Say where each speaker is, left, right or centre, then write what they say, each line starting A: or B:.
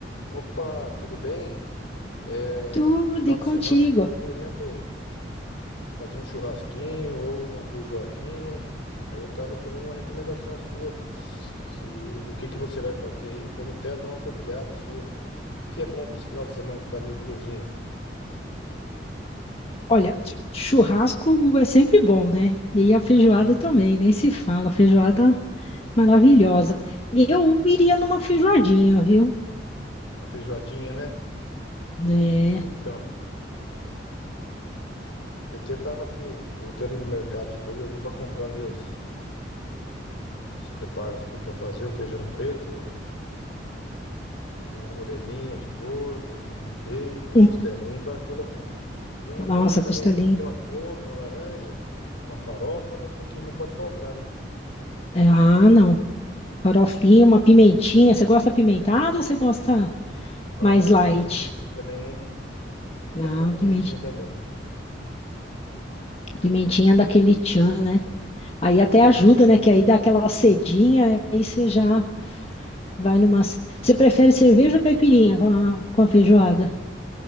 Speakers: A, on the left; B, on the left.
A: Opa, tudo bem? É,
B: Tudo
A: final
B: e
A: de
B: contigo.
A: semana aí tô querendo fazer um churrasquinho ou uma feijoadinha. Aí eu tava querendo uma recomendação sua, se, se- do que que você vai fazer aí, pra mim até dar uma copiada sua. O que que é bom pra esse final de semana que tá meio friozinho?
B: Olha, ch- churrasco é sempre bom, né? E a feijoada
A: Sim,
B: também, nem se fala. Feijoada maravilhosa. Eu iria numa feijoadinha, viu?
A: a feijoadinha, né?
B: Né?
A: Então, eu até tava aqui, eu vou até no mercado depois, eu vou pra comprar ali os, os preparos pra pra fazer o feijão preto, Uma orelhinha de porco, um bacon, uma
B: Hum,
A: costelinha para colocar. E uma
B: Nossa,
A: couve também,
B: costelinha.
A: né? Tem que ter uma couve, uma laranja, uma farofa, né? Tem que, não pode faltar, né?
B: É, Ah, não. Farofinha, uma pimentinha. Você gosta pimentada ou você gosta
A: Ah,
B: mais
A: eu
B: light?
A: gosto da pimentinha também, hein? Gosto
B: Não,
A: da pimentinha
B: pimentinha.
A: também.
B: Pimentinha daquele tchan, né? Aí até
A: Sim,
B: ajuda,
A: sim.
B: né? Que aí dá aquela cedinha, aí você já vai numa. Você prefere cerveja ou caipirinha com a, com a feijoada?